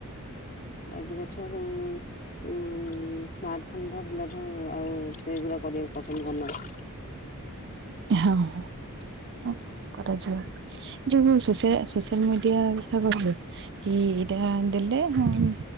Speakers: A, on the left (about 40°); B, on the right (about 55°).
A: ଏବେକା ଛୁଆ ସବୁ ଉଁ ସ୍ମାର୍ଟ ଫୋନ ଧରିଲଠୁ ଆଉ ସେଗୁଡା କରିବାକୁ ପସନ୍ଦ କରୁନାହାଁନ୍ତି।
B: ହାଁ ହଁ। ଉଁ କରାଯିବ। ଯୋଉ ସୋସିଆ ସୋସିଆଲ ମିଡିଆ କଥା କହିଲେ କି ଦେହା ଦେଲେ ହୁଁ।